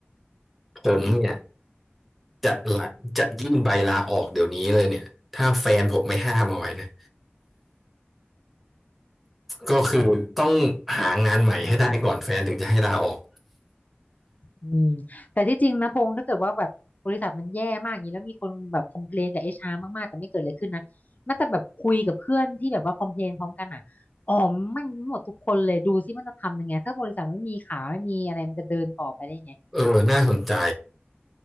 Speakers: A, in the centre; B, on the left.
A: ผมเนี่ยจะละจะยื่นใบลาออกเดี๋ยวนี้เลยเนี่ยถ้าแฟนผมไม่ห้ามเอาไว้นะก็คือต้องหางานใหม่ให้ได้ก่อนแฟนถึงจะให้ลาออก
B: อืมแต่ที่จริงนะพงถ้าเกิดว่าแบบบริษัทมันแย่มากอย่างนี้แล้วมีคนแบบคอมเพลนกับเอชอาร์มากๆแต่ไม่เกิดอะไรขึ้นนะน่าจะแบบคุยกับเพื่อนที่แบบว่าคอมเพลนพร้อมกันอ่ะอ๋อแมันหมดทุกคนเลยดูซิมันจะทำยังไงถ้าบริษัทไม่มีขาไม่มีอะไรมันจะเดินต่อไปได้ยังไง
A: เออน่าสนใจ